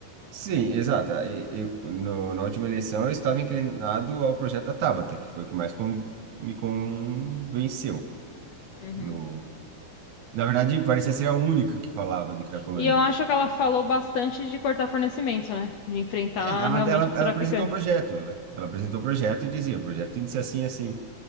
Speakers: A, on the right (about 70°); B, on the left (about 70°).
A: Sim, exato. E- Eu, no- na última eleição eu estava inclinado ao projeto da Tabata, que foi o que mais con- me convenceu.
B: Uhum.
A: No, na verdade, parecia ser a única que falava de Cracolândia.
B: E eu acho que ela falou bastante de cortar fornecimento, né? De enfrentar
A: É, Ela,
B: realmente
A: ela,
B: os
A: ela
B: traficantes.
A: apresentou o projeto, ela, ela apresentou o projeto e dizia, o projeto tem de ser assim, assim.